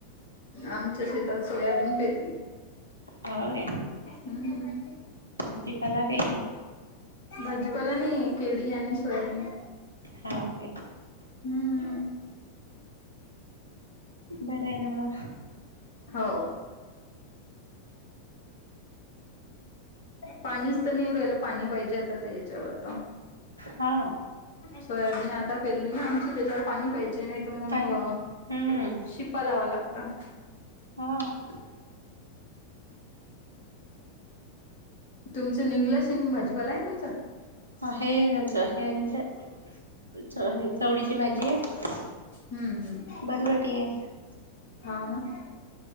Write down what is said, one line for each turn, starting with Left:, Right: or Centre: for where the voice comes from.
Left: आमच्या शेतात सोयाबीन पेरली.
Right: हाव काय.
Left: हम्म.
Right: भाजीपाला काही नाही
Left: भाजीपाला नाही हाय केडी आणि सोयाबीन.
Right: हाव काय.
Left: हम्म.
Right: बर आहेन म
Left: हो. पाणीच तर नाही येऊ राहील पाणी पाहिजे आता त्या याच्यावर तर.
Right: हा..
Left: सोयाबीन आता फिरली ना आमची त्याच्यावर पाणी पाहिजे. नाही तर मग
Right: पाणी हम्म
Left: शिपा लावा लागतात.
Right: हा
Left: तुमच निंगलाशीन भाजीपाला आहेन तुमचा?
Right: ह, हे, हेच हे चवडीची भाजी आहे.
Left: हम्म हम्म
Right: बरबटी आहे
Left: हव ना <unintelligible>